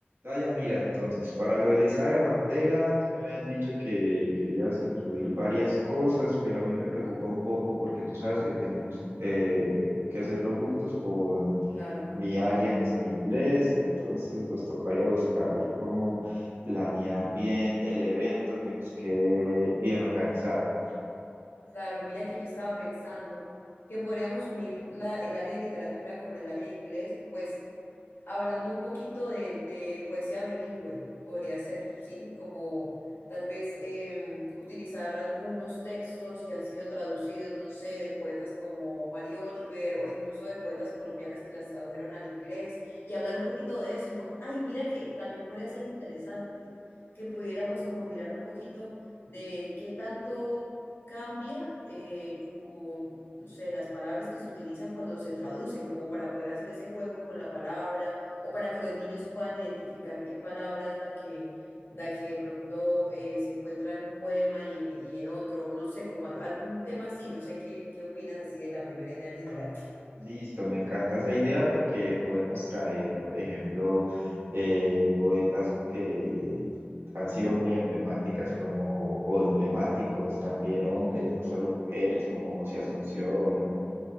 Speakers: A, on the right (about 75°); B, on the left (about 70°).
A: Ah, ya, mira, entonces, para lo de la izada de bandera, tú me habías dicho que querías incluir varias cosas, pero a mí me preocupa un poco porque tú sabes que tenemos eh, que hacerlo juntos con
B: Claro,
A: mi área, que es el inglés, entonces nos tocaría buscar cómo planear bien el evento que nos quede bien organizado.
B: claro. Mira que yo estaba pensando que podríamos unir la, el área de literatura con el área de inglés, pues hablando un poquito de, de poesía bilingüe, podría ser, ¿sí? Como tal vez eh, utilizar algunos textos que han sido traducidos, no sé, de poetas como Mary Oliver o incluso de poetas colombianas que las tradujeron al inglés y hablar un poquito de eso, ¿no? Ay, mira que también podría ser interesante que pudiéramos como mirar un poquito de qué tanto cambia eh, como, no sé, las palabras que se utilizan cuando se traducen, como para poder hacer ese juego con la palabra o para que los niños puedan identificar qué palabra es la que, la que de pronto eh, se encuentra en un poema y, y en otro, no sé, como al- algún tema así, no sé qué, qué opinas así de la primera idea en general.
A: Listo, me encanta esa idea porque podemos traer, por ejemplo, eh, poetas que han sido muy emblemáticas como, o emblemáticos también hombres,
B: Ujú,
A: no solo mujeres, como José Asunción o,